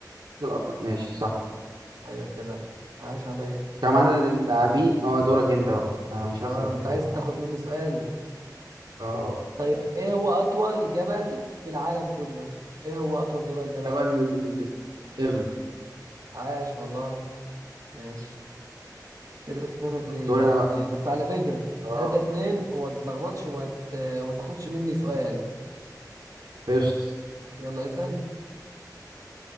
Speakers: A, on the right (about 90°); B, on the right (about 55°).
A: الأطلس ماشي صح
B: أيوة كده عاش عليا
A: كم عدد اللاعبين اه دورك انت بقى آه مش
B: اه
A: هسأل
B: أنت
A: في دورك
B: عايز تاخد مني سؤال
A: اه آه.
B: طيب إيه هو أطول جبل في العالم كله؟ إيه هو أطول جبل ده بقى؟
A: جبل إيفرست إيفرست
B: عاش والله ماشي كده لسه تلاتة اتنين
A: دوري
B: زي
A: انا بقى
B: ما هي بس على فكرة
A: اه
B: تلاتة اتنين وما تتلخبطش وما ت... وما تاخدش مني سؤال
A: قشط
B: يلا اسأل